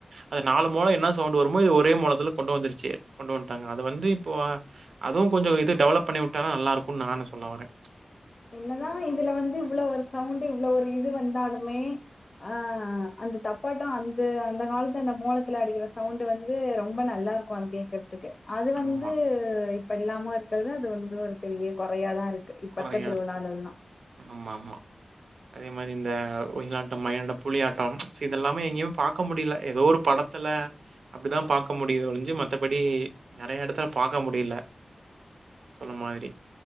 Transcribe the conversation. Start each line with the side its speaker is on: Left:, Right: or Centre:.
Right: ஆ நாலு மோளோ என்ன சவுண்ட் வருமோ இது ஒரே மோளத்துல கொண்டு வந்துருச்சி கொண்டு வன்ட்டாங்க அத வந்து இப்போ அதுவு கொஞ்சோ இது டெவலப் பண்ணி விட்டாலு நல்லா இருக்கும் நானு சொல்ல வரே
Left: என்னதா இதுல வந்து இவ்வளவு ஒரு சவுண்ட் இவ்வளவு ஒரு இது வந்தாலுமே அஹ் அந்த தப்பாட்டம் அந்த அந்த காலத்து அந்த மோலத்துல அடிக்கிற சவுண்டு வந்து ரொம்ப நல்லா இருக்கும் அது கேக்கற ருக்கு அது
Right: ஆமா.
Left: வந்து இப்ப இல்லாம இருக்கிறது அது வந்து ஒரு பெரிய குறையா தான் இருக்கு இப்ப
Right: கொறையாருக்கு
Left: இருக்க திருவிழாலல்லா
Right: ஆமாமா அதே மாரி இந்த ஒயிலாட்டம் மயிலாட்டம் புலியாட்டம் ச் இதெல்லாமே எங்கேயு பாக்க முடியல ஏதோ ஒரு படத்துல அப்டிதான் பாக்க முடியுதொலிஞ்சு மத்தபடி நெறைய எடத்துல பாக்க முடியல சொன்ன மாதிரி